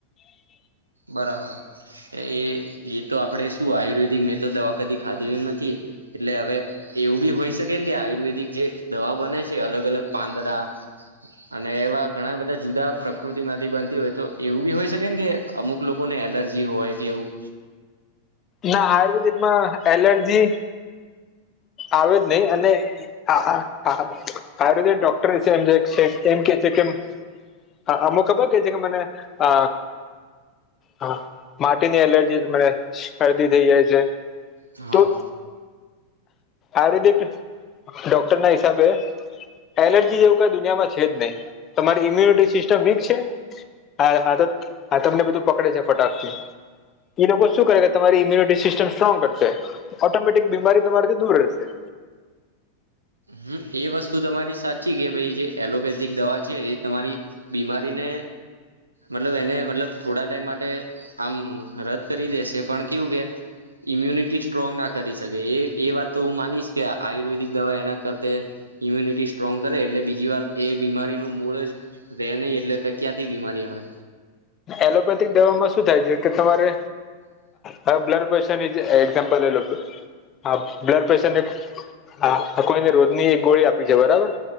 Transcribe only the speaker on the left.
ના આયુર્વેદિક માં એલર્જી આવેજ નહી, અને આ આ આ, આયુર્વેદિક ડોક્ટર છે <unintelligible> એમ છે કે છે કે આ અમુક ખબર કે છે કે મને અ હા, માટીની એલર્જી થી મને શરદી થઈ જાય છે.
તો આયુર્વેદિક, ડૉક્ટર ના હિસાબે. એલર્જી જેવું કઈ દુનિયામાં છે જ નહીં, તમારી ઈમ્યુનિટી સિસ્ટમ વીક છે. હા-હા તો આ તમને બધું પકડે છે, ફટાક થી. એ લોકો શું કરે, તમારી ઇમ્યુનિટી સિસ્ટમ સ્ટ્રોંગ કરશે, ઓટોમેટિક બીમારી તમારાથી દૂર રહેશે.
એલોપેથિક દવામાં શું થાય છે, કે તમારે હવે બ્લડ પ્રેશર ની એક્ઝામ્પલ લે લો. હા બ્લડ પ્રેશર ને હા, કોઈને રોજ ની એક ગોળી આપી છે, બરાબર.